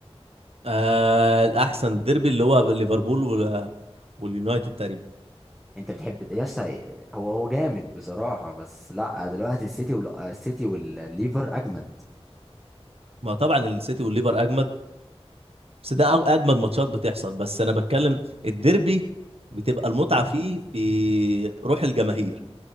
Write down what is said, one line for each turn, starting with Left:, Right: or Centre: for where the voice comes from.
Right: آه الاحسن ديربي اللي هو ليفربول وال- واليونايتد تقريبا
Centre: انت بتحب يا اسطى هو هو جامد بصراحه بس لا دلوقتي السيتي والسيتي والليفر اجمد
Right: ما طبعا السيتي والليفر اجمد بس ده أج- اجمد ماتشات بتحصل بس انا بتكلم الديربي بتبقى المتعه فيه في روح الجماهير